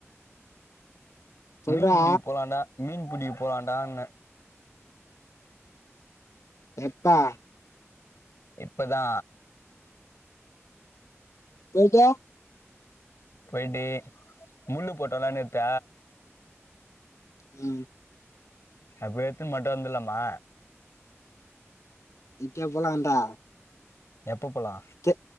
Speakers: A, on the left; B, on the left.
A: சொல்றா
B: மீன் புடிக்க போலான்ன மீன் புடிக்க போலான்டான்ன
A: எப்பா
B: இப்பதா
A: போயிட்டு
B: போயிட்டு முள்ளு போட்டோல்ல நேத்த
A: ம்
B: அது போய் எத்துன் மட்டு வந்துலாமா
A: இப்பயே போலான்டா
B: எப்ப போலா
A: கெ